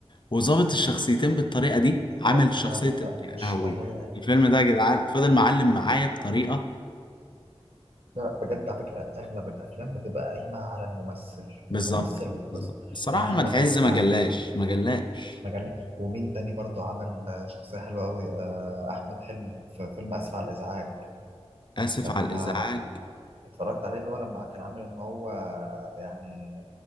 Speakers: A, on the left; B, on the right.
A: وظابط الشخصيتين بالطريقة دي عامل
B: لا
A: شخصية
B: لا لا
A: يا
B: مش
A: لهوي
B: طبيعي
A: الفيلم ده يا جدعان فضل معلم معايا بطريقة
B: لا بجد على فكره اغلب الافلام بتبقى قايمه على الممثل
A: بالظبط
B: الممثل والقصه
A: بالظبط. الصراحة
B: يعني احمد
A: ما تحز
B: عز
A: ما جلاش ما جلاش
B: مجلة ومين تاني برضو عمل آه، شخصية حلوة أوي آه، أحمد حلمي في فيلم آسف على الإزعاج
A: آسف
B: لما
A: على الإزعاج
B: اتفرجت عليه اللي هو لما كان عامل إن هو يعني